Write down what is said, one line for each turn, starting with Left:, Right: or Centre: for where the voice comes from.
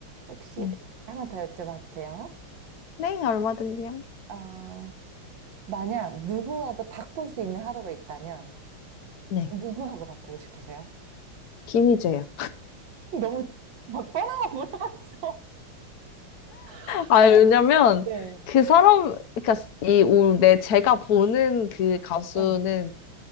Right: 혹시
Left: 네.
Right: 하나 더 여쭤봐도 돼요?
Left: 네, 얼마든지요.
Right: 어, 만약 누구와도 바꿀 수 있는 하루가 있다면
Left: 네.
Right: 누구하고 바꾸고 싶으세요?
Left: 김희재요.
Right: 너무 막 뻔한 거 물어봤어. <laughs>
Left: 아, 왜냐면
Right: 네.
Left: 그 사람, 그러니까 이 우- 내 제가 보는 그 가수는
Right: 네.